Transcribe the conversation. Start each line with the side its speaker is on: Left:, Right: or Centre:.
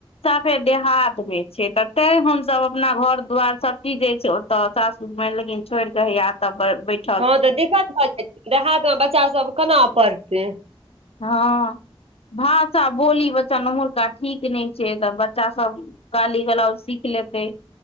Left: साफे देहात मे छै तऽ ते हम सभ अपना घर दुवार सभ चीज जे छै ओत सास लेकिन छोड़ कऽ हय त
Right: ह तऽ दिक्कत भऽ जाय छै देाहथमे बच्चा सभ केना पढ़तै
Left: ह भाषा बोली बच्चा ओमहरका ठीक नहि छै तऽ बच्चा सभ गाली गल सीख लेते